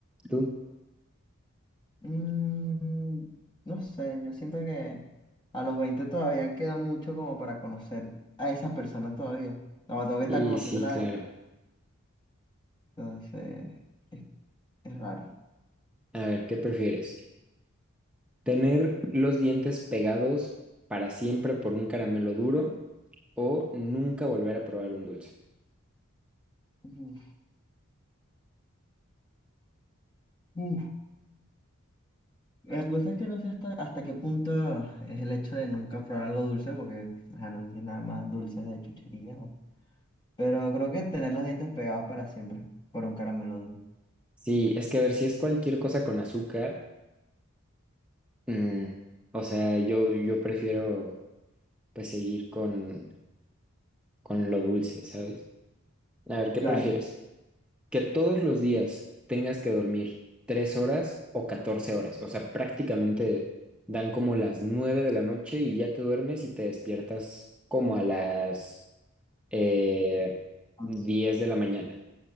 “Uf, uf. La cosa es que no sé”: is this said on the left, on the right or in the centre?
Left